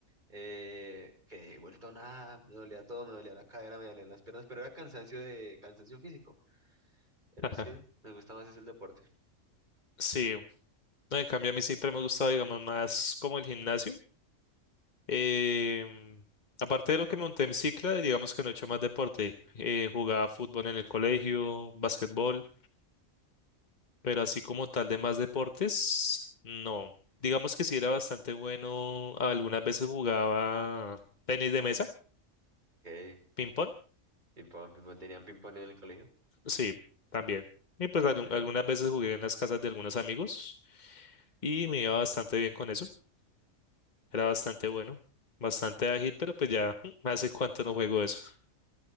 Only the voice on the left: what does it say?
ajá,
sí. No, en cambio, a mí siempre me ha gustado, digamos, más como el gimnasio. Em, aparte de lo que monté en cicla, digamos que no he hecho más deporte. Eh, jugaba fútbol en el colegio, básquetbol. pero así como tal de más deportes, no. Digamos que sí era bastante bueno. Algunas veces jugaba tenis de mesa,
ping pong,
sí, también. Y pues algu-
algunas
veces jugué en las casas de algunos amigos y me iba bastante bien con eso. Era bastante bueno, bastante ágil, pero pues ya <laughs> mm, hace cuánto no juego eso.